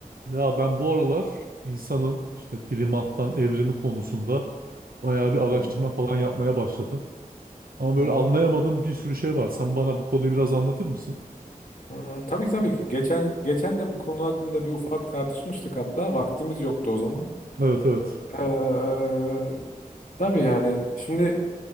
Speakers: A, on the right; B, on the left.
A: Ya ben bu aralar insanın işte primattan evrimi konusunda bayağı bir araştırma
B: Hı hı,
A: falan yapmaya başladım. Ama
B: hı
A: böyle
B: hı.
A: anlayamadığım bir sürü şey var. Sen bana bu konuyu biraz anlatır mısın?
B: Hı, Tabii ki tabii ki. Geçen geçen de bu konu hakkında bir ufak tartışmıştık hatta. Vaktimiz yoktu o zaman.
A: Evet evet.
B: Ee, tabii yani şimdi